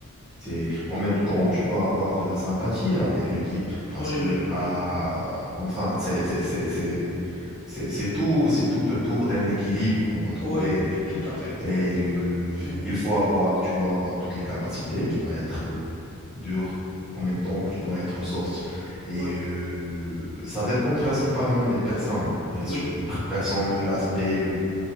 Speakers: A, in the centre; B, on the left.
A: c'est, en même temps, tu dois avoir de la sympathie avec l'équipe parce
B: oui,
A: que,
B: oui,
A: Oui, oui. ah, enfin, c'est, c'est, c'est, c'est, c'est- c'est tout, c'est tout autour d'un équilibre qu'on doit trouver.
B: oui, oui, tout à fait.
A: Et
B: Donc,
A: euh,
B: mhm.
A: il faut avoir, tu dois avoir toutes les capacités, tu dois être euh, dur en même temps que tu dois être soft. Et
B: oui,
A: euh, ça dépend principalement des personnes, bien sûr,
B: oui.
A: du pr- personne, de l'aspect, euh,